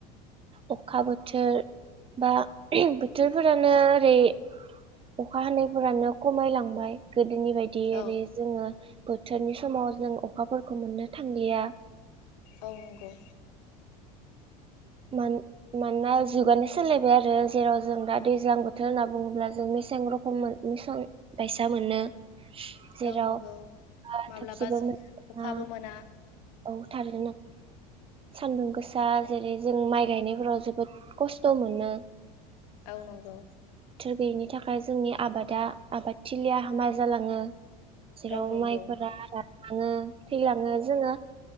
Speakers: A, on the right; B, on the left.
A: अखा बोथोर बा बोथोरफोरानो ओरै अखा हानायफोरानो खमायलांबाय। बिनि बायदि
B: औ
A: ओरै जोङो बोथोरनि समाव जों अखाफोरखौ मोननो थांलिया।
B: औ नंगौ।
A: मानो मानोना जुगानो सोलायबाय आरो जेराव जों दा दैज्लां बोथोर होनना बुङोब्ला जों मेसें रखम मोनो मेसें बायसा मोनो। जेराव
B: औ नंगौ माब्लाबा
A: थोबसेबो मोना
B: अखाबो मोना।
A: औ थारैनो। सान्दुं गोसा जेरै जों माइ गायनायफोराव जोबोद खस्थ मोनो।
B: औ नंगौ।
A: बेनि थाखाय जोंनि आबादा आबादथिलिया हामा जालाङो। जेराव
B: औ नंगौ
A: माइफोरा थाङो थैलाङो जोङो